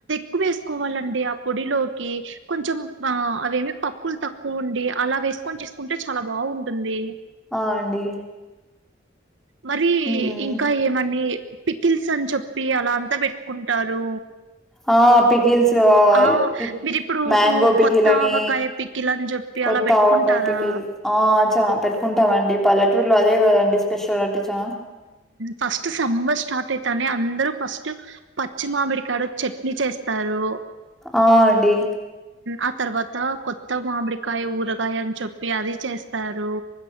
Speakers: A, on the right; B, in the centre.
A: ఉక్కువ వేసుకోవాలండి ఆ పొడిలోకి కొంచెం ఆ అవేమి పప్పులు తక్కువ ఉండి అలా వేసుకొని చేసుకుంటే చాలా బాగుంటుంది
B: ఆ అండి
A: మరి
B: మ్మ్
A: ఇంకా ఏమని పికిల్స్ అని చెప్పి అలా అంతా పెట్టుకుంటారు
B: ఆ పకిిల్స్
A: ఆ
B: ఇ
A: మీరిప్పుడు
B: మ్యాంగో పికిల్
A: కొత్త
B: అని
A: ఆవకాయ పికిల్ అని చెప్పి
B: కొత్త
A: అలా పెట్టుకుంటారా
B: ఆవకాయ పికిల్ ఆ చాన పెట్టుకుంటాం అండి పల్లెటూరులో అదే కదండి స్పెషల్ అంటే చాలా
A: ఫస్ట్ సంబ స్టార్ట్ అయితానే అందరుూ ఫస్ట్ పచ్చి మామిడికాడు చట్నీ చేస్తారు
B: ఆ అండి
A: ఆ తర్వాత కొత్త మామిడికాయ ఊరగాయ అని చెప్పి అది చేస్తారు